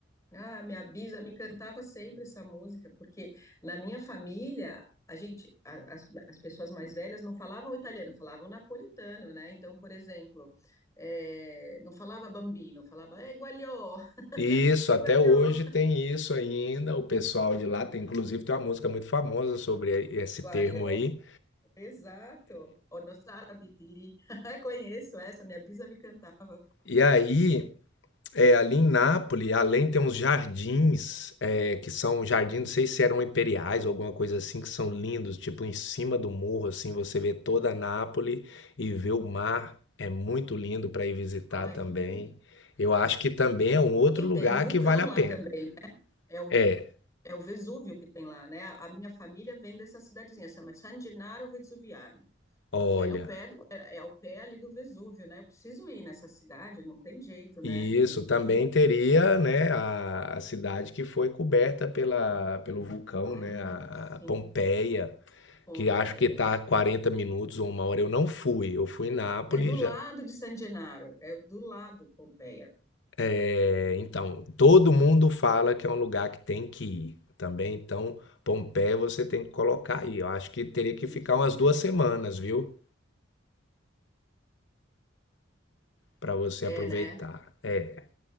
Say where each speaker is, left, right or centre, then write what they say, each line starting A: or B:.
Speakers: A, on the left; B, on the left.
A: Ah, minha bisa me cantava sempre essa música, porque na minha família, a gente, a- as, as pessoas mais velhas não falavam italiano, falavam napolitano, né? Então, por exemplo, eh, não falava bambino, falava eh, guagliò,
B: E Isso,
A: eh,
B: até
A: guagliò,
B: hoje tem isso ainda. O pessoal de lá
A: É,
B: tem, inclusive, tem uma música muito famosa sobre esse
A: guagliò,
B: termo aí.
A: exato. O nosso arabitiri. <laughs> Conheço essa, minha bisa me cantava.
B: E aí É, ali em Nápoles, além tem uns jardins, é, que são jardins, não sei se eram imperiais ou alguma coisa assim, que são lindos, tipo em cima do morro, assim, você vê toda Nápoles e vê o mar, é muito lindo para ir visitar
A: Ai,
B: também.
A: que lindo.
B: Eu acho que também é um outro
A: E
B: lugar
A: tem o vulcão
B: que vale a
A: lá
B: pena.
A: também, é o
B: É,
A: É o Vesúvio que tem lá, né? A a minha família vem dessa cidadezinha, chama San Gennaro Vesuviano.
B: olha,
A: que é no pé do, é é ao pé ali do Vesúvio, né? Eu preciso ir nessa cidade, não tem jeito, né?
B: e isso
A: Tem que
B: também
A: ir.
B: teria, né, a, a cidade que foi coberta pela, pelo vulcão,
A: Ah,
B: né, a
A: sim,
B: a Pompeia.
A: Pompeia.
B: que acho que tá 40 minutos ou uma hora. Eu não fui, eu fui em Nápoles.
A: É do lado
B: já-
A: de San Gennaro, é do lado Pompeia.
B: é, então, todo mundo fala que é um lugar que tem que ir também. Então, Pompeia você tem que colocar aí. Eu acho que teria que
A: Tem
B: ficar
A: que ir,
B: umas
A: né?
B: duas semanas, viu? Pra você
A: É,
B: aproveitar.
A: né?
B: É,